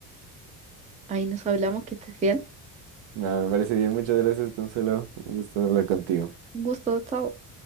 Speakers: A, on the right (about 15°); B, on the right (about 65°).
A: Ahí nos hablamos, que estés bien.
B: No, me parece bien. Muchas gracias, Consuelo. Un gusto hablar contigo.
A: Un gusto, chao.